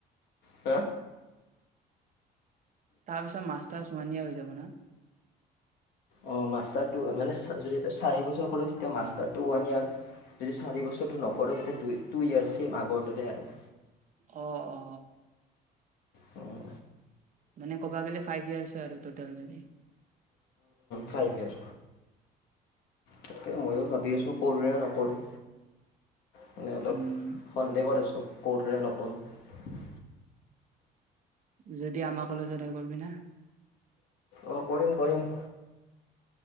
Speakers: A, on the left; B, on the right.
A: চা।
B: তাৰপিছত মাষ্টাৰ অনে হৈ যাব ওৱান ইয়েৰ হৈ যাব না?
A: অ মাষ্টাৰ টো মানে যদি এতিয়া চাৰি বছৰ কৰে তেতিয়া মাষ্টাৰ টো ওৱান ইয়াৰ। যদি চাৰি বছৰটো নকৰে তেতিয়া টো ইয়াৰ ছেম আগৰ দৰে আৰু।
B: অ অ।
A: উম।
B: মানে কবা গ'লে ফাইভ ইয়্চ আৰু টতেল মানে।
A: ফাইভ ইয়াৰ তাকে মইয়ো। ভাবি আছোঁ কৰোঁৰে নকৰোঁ, মানে অলপ
B: উম
A: সন্দেহত আছোঁ। কৰোঁ নে নকৰো।
B: যদি আমাৰ কলেজত হৈ কৰিবি নে?
A: অ কৰিম কৰিম।